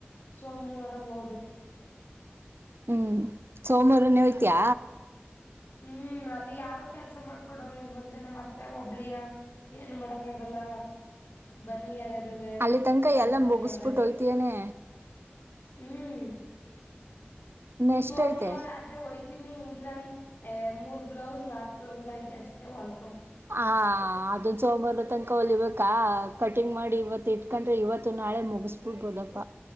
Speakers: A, on the left; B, on the right.
A: ಸೋಮವಾರ ಒ
B: ಹ್ಮ್ ಸೋಮವಾರನೇ ಹಯ್ತಿಯ
A: ಹ್ಮ್ ಹ್ಮ್ ಅಲ್ಲಿ ಯಾರು ಕೆಲ್ಸ ಮಾಡ್ಕೊಡವ್ರರು ಇಲ್ವಂತನ ಮತ್ತೆ ಒಬ್ಳಿಯ ಏನು ಮಾಡಕ್ ಆಗಲ್ಲ ಬನ್ನಿ ಯಾರ ಅಂತ
B: ಅಲ್ಲಿ ತನಕ
A: ಕರಿತಾನೆ
B: ಎಲ್ಲ ಮುಗಿಸ್ಬಿಟ್ಟು
A: ಅವ್ರ
B: ಹೋಯ್ತಿಯೇನೆ
A: ಹ್ಮ್
B: ಇನ್ನೆಷ್ಟ
A: ಸೋಮವಾರ
B: ಐತೆ
A: ಆದ್ರೆ ಒಯ್ತೀನಿ ಇಲ್ಲಂತ ಮೂರ್ ಬ್ಲೌಸ್ ನಾಕ್ ಬ್ಲೌಸ್ ಐತೆ ಅಷ್ಟೇ ಹೊಲ್
B: ಹಾ ಅದೊಂದು ಸೋಮಂಬಾರ ತನಕ ಹೊಲಿಬೇಕಾ ಕಟಿಂಗ್ ಮಾಡಿ ಇವತ್ತು ಇಟ್ಕೊಂಡ್ರೆ ಇವತ್ತು ನಾಳೆ ಮುಗಿಸ್ಬಿಡ್ಬೋದಪ್ಪ